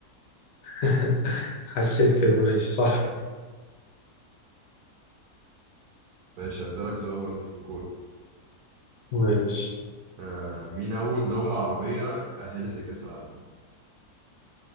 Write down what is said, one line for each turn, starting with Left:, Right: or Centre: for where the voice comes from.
Left: <laughs> حسيت كده ماشي صح
Right: ماشي هسألك سؤال برضه في الكورة
Left: ماشي
Right: أه مين أول دولة عربية تأهلت لكأس العالم؟